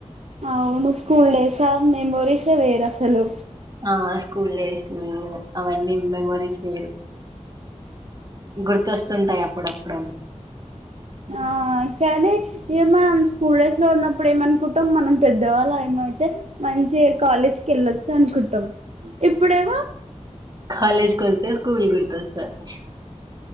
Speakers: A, on the right; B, on the right.
A: అవును స్కూల్ డేస్ స మెమోరిస్ వేరసలు
B: ఆ స్కూల్ డేస్ అవన్నీ మెమరీస్ వేరు గుర్తొస్తుంటాయి అప్పుడప్పుడు
A: ఆ కానీ ఏమనం స్కూల్ డైఫ్ లో ఉన్నప్పుడు ఏమనుకుంటాం మనం పెద్దవాళ్ళ ఏమయితే మంచి కాలేజ్కి వెళ్ళొచ్చు అనుకుంటాం ఇప్పుడేమో
B: కాలేజ్ కి వెళ్తే స్కూల్ గుర్తొస్తాది వస్తాది